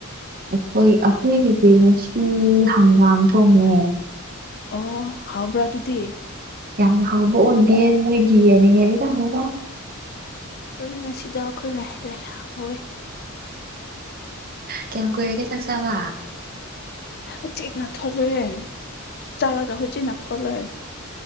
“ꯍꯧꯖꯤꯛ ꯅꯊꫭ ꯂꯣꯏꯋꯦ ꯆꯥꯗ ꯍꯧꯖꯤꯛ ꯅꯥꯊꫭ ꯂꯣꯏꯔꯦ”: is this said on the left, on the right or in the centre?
Left